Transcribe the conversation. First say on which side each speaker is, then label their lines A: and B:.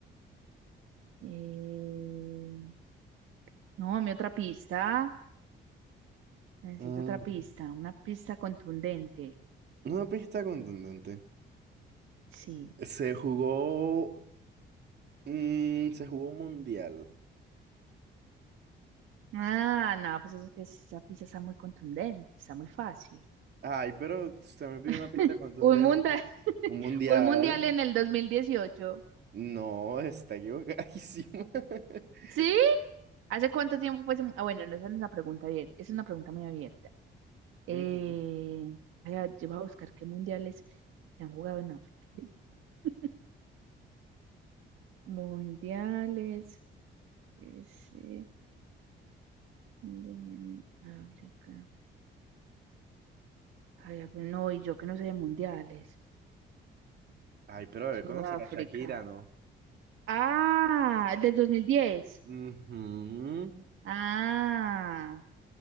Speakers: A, on the right; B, on the right.
A: Eh, no, mi otra pista. Necesito
B: Mm,
A: otra pista, una pista contundente.
B: una pista contundente.
A: Sí.
B: Se jugó, mm, se jugó un mundial.
A: Ah, no, pues eso es que esa pizza está muy contundente, está muy fácil.
B: Ay, pero usted me pide
A: <laughs>
B: una pista contundente.
A: Un mundial, <laughs>
B: Un mundial.
A: un mundial en el 2018.
B: No, está equivocadísimo. <laughs>
A: ¿Sí? ¿Hace cuánto tiempo fue ese? mu- Ah, bueno, no, esa no es una pregunta abierta, es una pregunta muy abierta. Eh,
B: Ujú.
A: ay, ay, yo voy a buscar qué mundiales se han jugado en África. <laughs> Mundiales, ese, en África. Ay, ah, pero no, y yo que no sé de mundiales.
B: Ay, pero debe
A: Sudáfrica.
B: conocer a Shakira, ¿no?
A: Ah, el del 2010.
B: Ujú.
A: Ah,